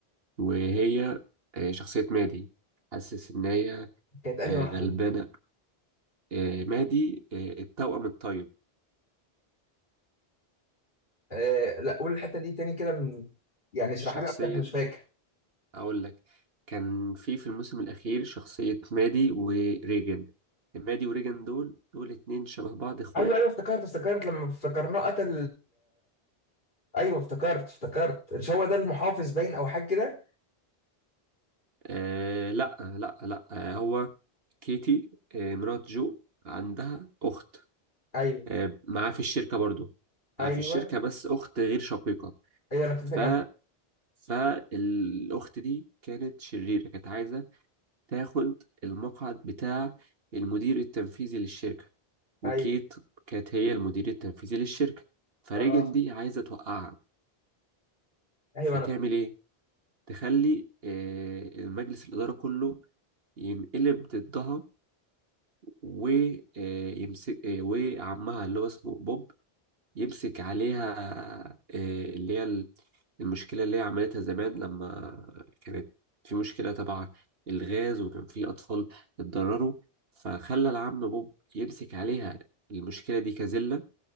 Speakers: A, on the right; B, on the left.
A: وهي آه، شخصية مادي حاسس إن هي
B: كانت انهي
A: آه،
B: واحده
A: غلبانة
B: دي
A: آه، مادي آه، التوأم الطيب
B: آه لا قول الحته دي تاني كده من... يعني اشرحها
A: شخصية
B: لي اكتر مش فاكر
A: اقول لك كان في في الموسم الاخير شخصية مادي وريجن مادي وريجن دول دول اتنين شبه بعض اخوات
B: ايوه ايوه افتكرت افتكرت لما افتكرناه قتل ايوه افتكرت افتكرت مش هو ده المحافظ باين او حاجه كده
A: آه لا لا لا آه هو كيتي آه مرات جو عندها اخت
B: ايوه
A: آه معاه في الشركة برضو معاه
B: ايوه
A: في الشركة بس اخت غير شقيقة
B: ايوه انا كنت
A: ف
B: جامد
A: فالاخت دي كانت شريرة كانت عايزة تاخد المقعد بتاع المدير التنفيذي للشركة وكيت
B: ايوه
A: كانت هي المدير التنفيذي للشركة فريجن
B: اه
A: دي عايزة توقعها
B: ايوه
A: فتعمل
B: انا
A: إيه؟ تخلي آه، المجلس الإدارة كله ينقلب ضدها ويمسك وعمها اللي هو اسمه بوب يمسك عليها آه، اللي هي ال- المشكلة اللي هي عملتها زمان لما كانت في مشكلة تبع الغاز وكان في أطفال اتضرروا فخلى العم بوب يمسك عليها المشكلة دي كزلة